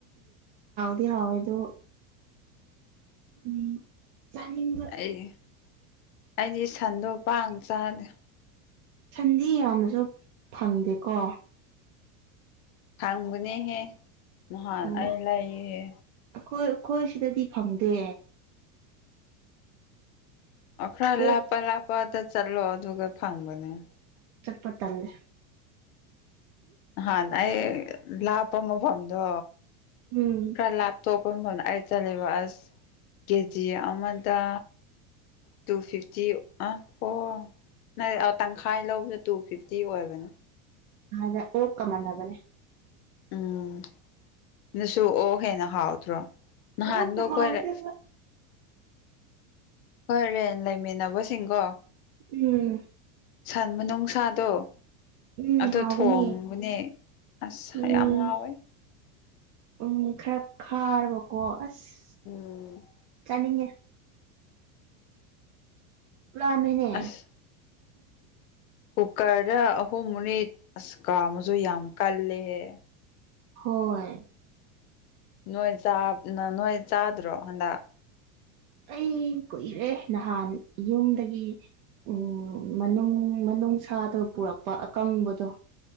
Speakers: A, on the right; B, on the left.
A: ꯌꯥꯑꯣꯦꯗꯣ ꯎꯝ ꯆꯅꯤꯡ
B: ꯑꯩ ꯑꯩꯗꯤ ꯁꯟꯗꯣ ꯄꯥꯡ ꯆꯥꯅꯦ
A: ꯁꯟꯗꯤ ꯌꯥꯝꯅꯁꯨ ꯐꯪꯗꯦꯀꯣ
B: ꯊꯥꯡꯕꯅꯦꯍꯦ ꯃꯍꯥꯟ
A: ꯑꯣ
B: ꯑꯩ ꯂꯩꯥꯏꯌꯦꯍꯦ
A: ꯑꯩꯈꯣꯏ ꯑꯩꯈꯣꯏ ꯁꯤꯗꯗꯤ ꯐꯪꯗꯦ
B: ꯈꯔ
A: ꯑꯣꯛ
B: ꯂꯥꯞꯄ ꯂꯥꯞꯄꯗ ꯆꯠꯂꯣ ꯑꯗꯨꯒ ꯐꯪꯕꯅꯦ
A: ꯄ ꯇꯜꯂꯦ
B: ꯍꯥꯟꯅ ꯑꯩ ꯂꯥꯞꯄ ꯃꯐꯝꯗꯣ
A: ꯎꯝ
B: ꯐ ꯂꯕ ꯇꯧꯄ ꯆ ꯕꯁ ꯀꯦꯖꯤ ꯑꯃꯗ ꯇꯨ ꯐꯤꯐꯇꯤ ꯑ ꯐꯣ ꯅ ꯇꯪꯈꯥꯏ ꯂꯧꯕꯗ ꯇꯨ ꯐꯤꯐꯇꯤ ꯑꯣꯏꯕꯅꯦ
A: ꯖ ꯑꯣ ꯀꯃꯜꯂꯕꯅꯦ
B: ꯎꯝ ꯅꯁꯨ ꯑꯣ ꯍꯦꯟꯅ ꯍꯥꯎꯗ꯭ꯔꯣ ꯅꯥꯟꯗ
A: ꯑꯣꯛꯅ ꯍꯥꯎꯋꯤꯗ
B: ꯀꯣꯏꯔ ꯍꯣꯏꯣꯔꯦꯟ ꯂꯩꯃꯤꯟꯅꯕꯁꯤꯡꯒꯣ
A: ꯎꯝ
B: ꯁꯟ ꯅꯨꯡꯁꯥꯗꯣ
A: ꯎꯝ
B: ꯑꯗꯣ
A: ꯍꯥꯎꯒꯅꯤ
B: ꯊꯣꯡꯕꯅꯦ ꯑꯁ
A: ꯎꯝ
B: ꯌꯥꯝ ꯍꯥꯎꯋꯦ
A: ꯎꯝ ꯈꯔ ꯈꯥꯔꯕꯀꯣ ꯑꯁ
B: ꯎꯝ
A: ꯅꯤꯡꯉ ꯃꯤꯅꯦ
B: ꯑꯁ ꯀꯨꯀꯔꯗ ꯑꯍꯨꯝꯅꯤ ꯑꯁ ꯀꯥꯃꯁꯨ ꯌꯥꯝ ꯀꯜꯂꯦꯍꯦ
A: ꯍꯣꯏ
B: ꯅꯣꯏ ꯅꯣꯏ ꯆꯥꯗ꯭ꯔꯣ ꯍꯟꯗꯛ
A: ꯑꯩ ꯀꯨꯏꯔꯦ ꯅꯍꯥꯟ ꯌꯨꯝꯗꯒꯤ ꯎꯝ ꯃꯅꯨꯡ ꯃꯅꯨꯡ ꯁꯥꯗꯣ ꯄꯨꯔꯛꯄ ꯑꯀꯪꯕꯗꯣ